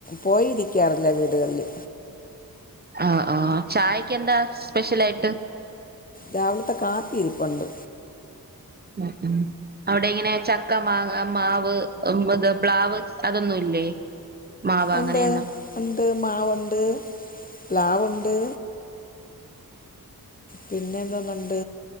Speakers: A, on the left (about 25°); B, on the right (about 25°).
A: പോയി ഇരിക്കാറില്ല വീടുകളില്
B: ആഹ് ആഹ് ചായക്ക് എന്താ സ്പെഷ്യൽ ആയിട്ട്
A: രാവിലത്തെ കാപ്പി ഇരിപ്പൊണ്ട്
B: ഉം ഉം അവിടെ എങ്ങനെ ചക്ക മാങ്ങ മാവ് ഇത് പ്ലാവ് അതൊന്നും ഇല്ലേ മാവ് അങ്ങനെയൊന്നും
A: ഒണ്ട് ഒണ്ട് മാവൊണ്ട് പ്ലാവൊണ്ട് പിന്നെ എന്തോന്നൊണ്ട്